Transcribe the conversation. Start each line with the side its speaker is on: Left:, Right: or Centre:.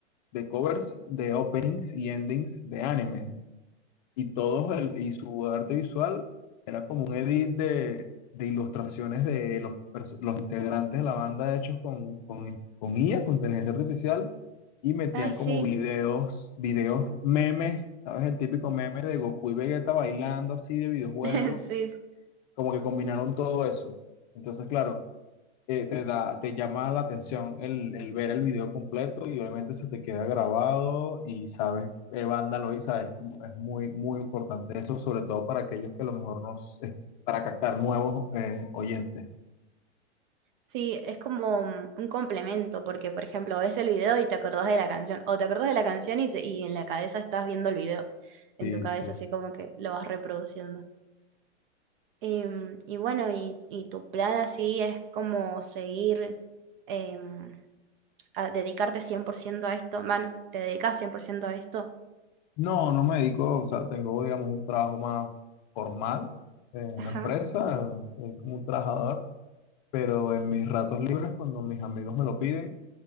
Left: de covers de openings y endings de anime y todos el, y su arte visual era como un edit de, de ilustraciones de los, perso- los integrantes de la banda hechos con, con, con IA, con inteligencia artificial, y metían
Right: Ay, sí,
Left: como videos, videos memes, ¿sabes? El típico meme de Goku y Vegeta bailando así de videojuego,
Right: <laughs> sí,
Left: como que combinaron todo eso. Entonces, claro, eh, te da, te llama la atención el, el ver el video completo y obviamente se te queda grabado y sabes qué banda lo hizo, sabes, como es muy, muy importante eso, sobre todo para aquellos que a lo mejor nos, es para captar nuevos eh, oyentes.
Right: Sí, es como mm, un complemento, porque por ejemplo ves el video y te acordás de la canción, o te acordás de la canción y, te- y en la cabeza estás viendo el video, en
Left: Sí,
Right: tu cabeza
Left: sí.
Right: así como que lo vas reproduciendo. Em, y bueno, y, y tu plan así es como seguir, em, a dedicarte 100% a esto, man, te dedicas 100% a esto.
Left: No, no me dedico, o sea, tengo, digamos, un trabajo más formal en
Right: Ajá,
Left: una empresa, eh, soy como un trabajador, pero en mis ratos libres, cuando mis amigos me lo piden,